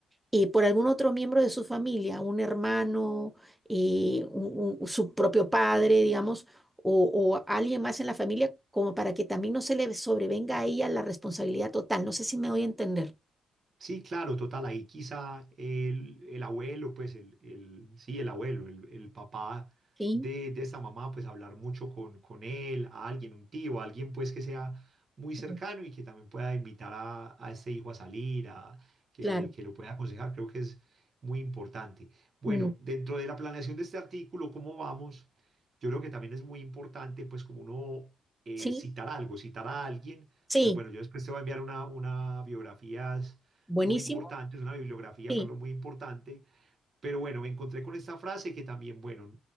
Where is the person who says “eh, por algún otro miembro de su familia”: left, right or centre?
Centre